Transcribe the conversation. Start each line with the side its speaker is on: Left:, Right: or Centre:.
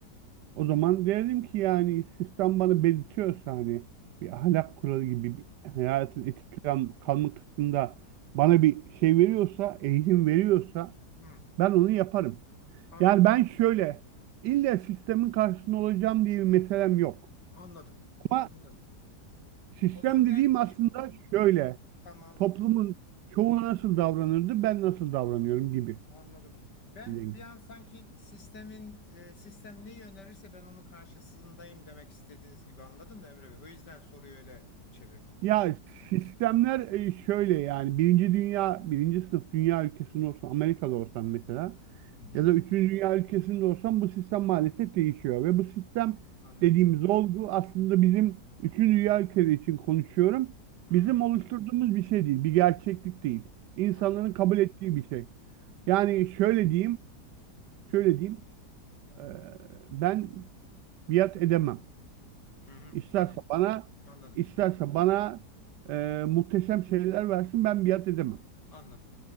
Right: O zaman derdim ki yani sistem bana belirtiyorsa hani bir ahlak kuralı gibi bir hayatın etik kal- kalma kısmında bana bir şey veriyorsa, eğitim veriyorsa
Left: Hı,
Right: ben onu yaparım.
Left: anladım.
Right: Yani ben şöyle illa sistemin karşısında olacağım diye bir meselem yok.
Left: Anladım.
Right: Ama
Left: Anladım.
Right: sistem
Left: O zaman
Right: dediğim
Left: ben
Right: aslında şöyle
Left: tamam.
Right: toplumun
Left: Hı,
Right: çoğu nasıl davranırdı ben nasıl davranıyorum gibi
Left: anladım. Ben
Right: bir denge.
Left: bir an sanki sistemin e, sistem neyi önerirse ben onun karşısındayım demek istediğiniz gibi anladım da Emre Bey. O yüzden soruyu öyle çevirdim.
Right: Ya sistemler e, şöyle yani birinci dünya birinci sınıf dünya ülkesinde olsan Amerika'da olsan mesela
Left: Hı hı,
Right: ya da üçüncü dünya ülkesinde olsan bu sistem maalesef değişiyor ve bu sistem
Left: anladım.
Right: dediğimiz olgu aslında bizim üçüncü dünya ülkeleri için konuşuyorum
Left: Hı hı,
Right: bizim oluşturduğumuz bir şey değil bir gerçeklik değil insanların
Left: anladım.
Right: kabul ettiği bir şey yani
Left: Anladım.
Right: şöyle diyeyim şöyle diyeyim e, ben biat edemem
Left: Hı hı,
Right: İsterse
Left: anladım.
Right: bana
Left: Anladım.
Right: isterse bana e, muhteşem şeyler versin ben biat edemem.
Left: Anladım.